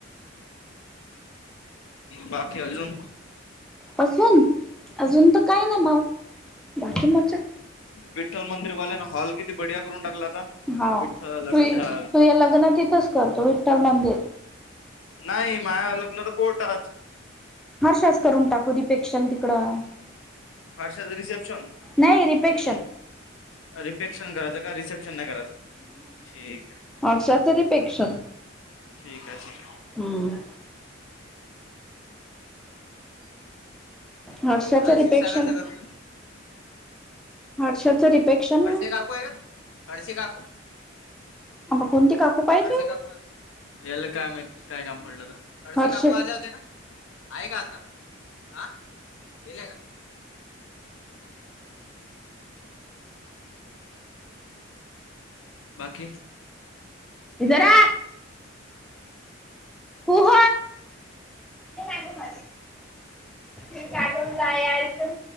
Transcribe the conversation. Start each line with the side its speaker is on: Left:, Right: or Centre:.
Left: बाकी अजून
Centre: अजून अजून त काय ना भाऊ बाकी मजेत
Left: विठ्ठल मंदिरवाल्या ना हॉल किती बढिया करून टाकला आता
Centre: हाव
Left: विठ्ठल
Centre: तुये
Left: विठ्ठल
Centre: तुये लग्न तिथंच करतो विठ्ठल मंदिर
Left: नाय माया लग्न त कोर्टात
Centre: हर्षास करून टाकू तीपेक्षन तिकडं.
Left: हर्षा च रिसेप्शन?
Centre: नाही रिफेक्शन.
Left: हम्म रिपेक्शन करायचं का रिसेप्शन नाही करायचं ठीक आहे.
Centre: हर्षाचरीपेक्षण.
Left: ठीक आहे.
Centre: हम्म. हर्षाच
Left: हा क्षीरसागरचं
Centre: रिपेशन.
Left: घर कुठे
Centre: हर्षाचं रिफेक्शन
Left: खडसे काकू आहे का खडसे काकू
Centre: कोणती काकू. पाहिजे
Left: कळशी काकू याल काय मा काय काम पडलं तर कळशी
Centre: हर्ष
Left: काकू आल्या होते का? आहे का आता ह गेलेय का. बाकी
Centre: इधरा. पुुह. म काटून जा आहे आ तर